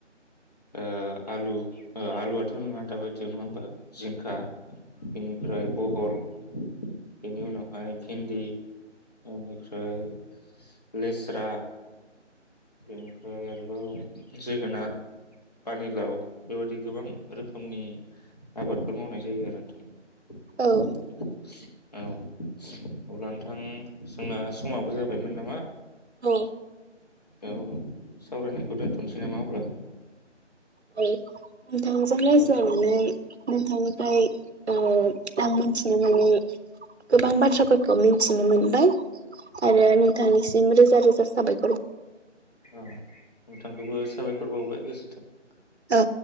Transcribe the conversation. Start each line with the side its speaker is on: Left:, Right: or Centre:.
Left: ओ आलु आलुआथ' नङा दाबायदियाव नङा होमबा जिंखा बेनि ओमफ्राय बहल बेनि उनावहाय भिन्दि बेनिफ्राय लेस्रा बेनिफ्राय आरोबाव जोगोनार पानिलाव बेबायाददि गोबां रोखोमनि आबादफोर मावनाय जायो आरो नोंथां। <unintelligible>
Right: औ
Left: औ अब्ला नोंथां जोंना समाबो जाबायमोन नामा।
Right: औ।
Left: औ। सावरायनायखौ दोन्थ'नोसै नामा अब्ला।
Right: औ। नोंथांजों रायज्लायनानै
Left: औ
Right: नोंथांनिफ्राय औ। आं मिथिनो मानि गोबां बाथ थ्राफोरखौ मिन्थिनो मोनो आरो नोंथांनिसिम रोज जा रोजा साबाय
Left: औ नोंथांखौबो साबायखर बावबाय। दिसथाब।
Right: औ।